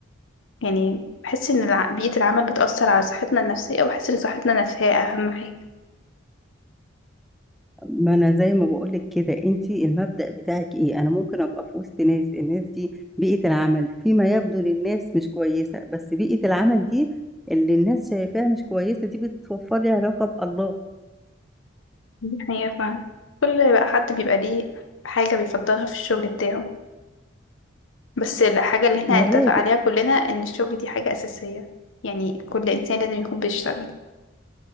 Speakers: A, on the left; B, in the centre.
A: يعني بحس ان الع... بيئة العمل بتأثر على صحتنا النفسية وبحس ان صحتنا النفسية اهم حاجة
B: ما أنا زي ما بقولك كده أنتي المبدأ بتاعك إيه أنا ممكن أبقى في وسط ناس الناس دي بيئة العمل فيما يبدو للناس مش كويسة بس بيئة العمل دي اللي الناس شايفاها مش كويسة دي بتوفر لي علاقة بالله
A: دي حقيقة فعلا كل بقى حد بيبقى ليه حاجة بيفضلها في الشغل بتاعه بس الحاجة اللي احنا
B: مبادئ
A: هنتفق عليها كلنا ان الشغل دي حاجة أساسية يعني كل إنسان لازم يكون بيشتغل